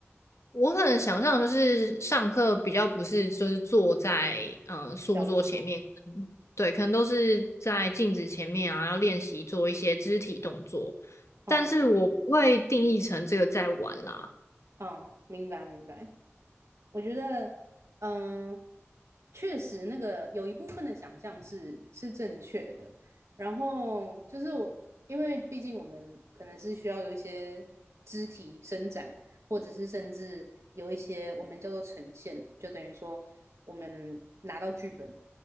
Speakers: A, on the left (about 80°); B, on the right (about 85°).
A: 我可能想象就是上课比较不是就是坐在嗯、呃书桌前面，
B: 消失。
A: 嗯对，可能都是在镜子前面啊，要练习做一些肢体动作，
B: 嗯
A: 但是我不会定义成这个在玩啦。
B: 嗯，明白明白。我觉得，嗯、确实那个有一部分的想象是是正确的。然后就是我，因为毕竟我们可能是需要有一些肢体伸展，或者是甚至有一些我们叫做呈现，就等于说我们拿到剧本，